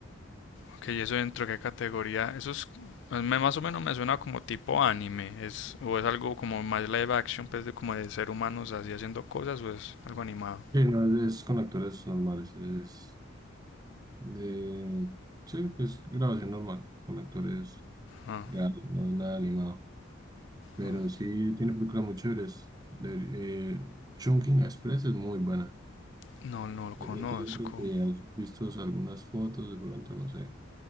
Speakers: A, on the left (about 60°); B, on the right (about 20°).
A: Ok, ¿y eso dentro de qué categoría? Eso es, pues, me- más o menos me suena como tipo anime, es, o es algo como más live action, pues de como de ser humanos así haciendo cosas, o es algo animado.
B: Sí, no es, es con actores normales, es de... Sí, es grabación normal, con actores
A: Ah,
B: reales, no es nada animado. Pero
A: ah,
B: sí tiene películas muy chéveres. De, eh, Chungking Express es muy buena.
A: no, no lo conozco.
B: De pronto yo creo que has visto algunas fotos, de pronto, no sé.